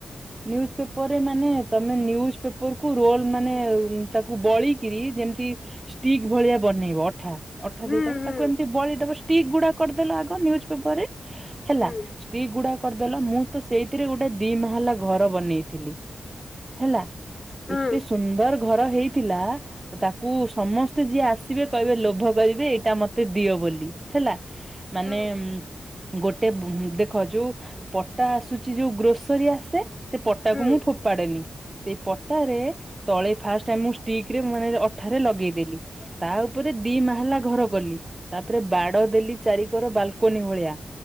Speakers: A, on the right; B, on the left.
A: ନ୍ୟୁଜ୍ ପେପର ରେ ମାନେ ତମେ ନ୍ୟୁଜ ପେପର କୁ ରୋଲ ମାନେ ତାକୁ ବଳିକିରି ଯେମିତି ଷ୍ଟିକ ଭଳିଆ ବନେଇବ ଅଠା। ଅଠା
B: ହୁଁ
A: ଦେଇଦବ
B: ହୁଁ
A: ତାକୁ ଏମିତି ବଳେଇଦବ ଷ୍ଟିକ ଗୁଡା କରିଦେଲ ଆଗ ନ୍ୟୁଜ ପେପର ରେ ହେଲା
B: ହୁଁ
A: ସ୍ତ୍ରୀ ଗୁଡାକ କରିଦେଲ ମୁଁ ତ ସେଇଥିରେ ଗୋଟେ ଦି ମା ହେଲା ଘର ବନେଇଥିଲି ହେଲା।
B: ହଁ
A: ଏତେ ସୁନ୍ଦର ଘର ହେଇଥିଲା। ତାକୁ ସମସ୍ତେ ଯିଏ ଆସିବେ କହିବେ ଲୋଭ କରିବେ ଏଇଟା ମତେ ଦିଅ ବୋଲି। ହେଲା ମାନେ
B: ହଁ
A: ଗୋଟେ ଦେଖ ଯୋଉ ପଟା ଆସୁଚି ଯୋଉ ଗ୍ରୋସରୀ ଆସେ ସେ ପଟା
B: ହଁ
A: କ ମୁଁ ଫୋପାଡେନି ସେଇ ପଟାରେ ତଳେ ଫାଷ୍ଟ ମୁ ଷ୍ଟିକରେ ମାନେ ଅଠାରେ ଲଗେଇଦେଲି। ତା ଉପରେ ଦି ମା ହେଲା ଘର କଲି ତାପରେ ବାଡ ଦେଲି ଚାରିିକର ବାଲକନି ଭଳିଆ।